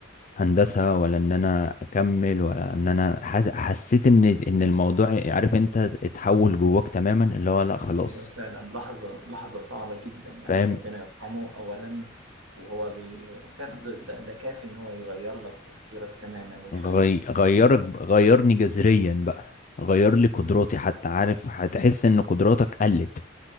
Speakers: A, on the left; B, on the right.
A: هندسة ولا إن أنا أكمل ولا إن أنا حس... حسيت إن إن الموضوع عارف أنت اتحول جواك تماما اللي هو لأ خلاص
B: ايوه فعلا لحظه لحظه صعبه جدا يعني
A: فاهم
B: ربنا يرحمه اولا وهو بي... فعلا ده, ده, ده كافي ان هو يغير لك تفكيرك تماما ويخليك
A: غي... غيرك غيرني جذريا بقى غير لي قدراتي حتى عارف هتحس ان قدراتك قلت